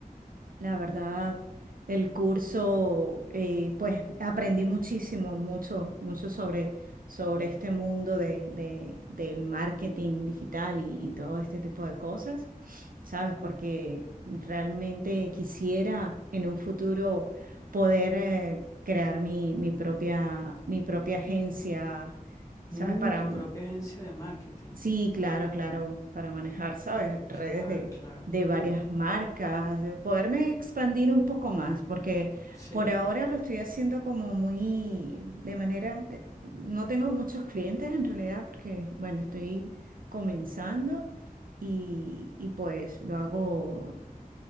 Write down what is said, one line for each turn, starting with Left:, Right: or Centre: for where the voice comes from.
Right: La verdad, el curso, eh, pues aprendí muchísimo, mucho, mucho sobre, sobre este mundo de, de- del marketing digital y, y todo este tipo de cosas, ¿sabes? Porque realmente quisiera en un futuro poder eh, crear mi, mi propia, mi propia agencia, ¿sabes?
Left: Mm,
Right: para
Left: tu propia agencia de marketing.
Right: Sí, claro, claro, para manejar, ¿sabes? Redes
Left: Claro,
Right: de,
Left: claro.
Right: de varias marcas, de poderme expandir un poco más, porque
Left: Sí,
Right: por ahora lo estoy haciendo como muy, de manera, eh, no tengo muchos clientes en realidad, porque, bueno, estoy comenzando y, y pues lo hago